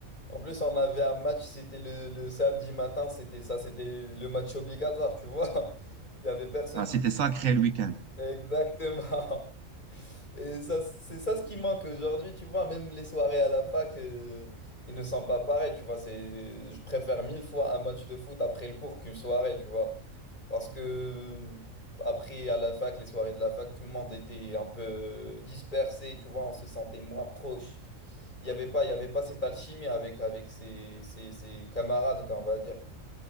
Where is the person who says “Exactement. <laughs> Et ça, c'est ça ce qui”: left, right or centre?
Left